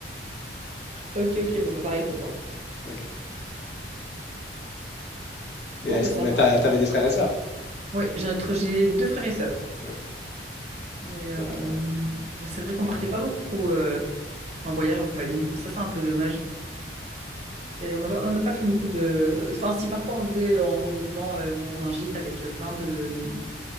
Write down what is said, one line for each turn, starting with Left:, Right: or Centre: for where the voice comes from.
Right: Ok, ok, bah, bah, pareil pour moi.
Left: Ok. Et
Right: Bon,
Left: est-ce
Right: bah
Left: que
Right: sympa.
Left: bah, t'as- t'avais des frères et sœurs?
Right: Oui, j'ai un autre- j'ai deux frères et sœurs.
Left: Oui.
Right: Mais euh,
Left: Donc, euh,
Right: c'est vrai qu'on partait pas beaucoup. en voyage en famille. Ça, c'est un peu dommage. C'est- On n'a pas, on n'a pas fait beaucoup de... Enfin, si parfois on faisait en regroupement euh, dans un gîte avec euh, plein de...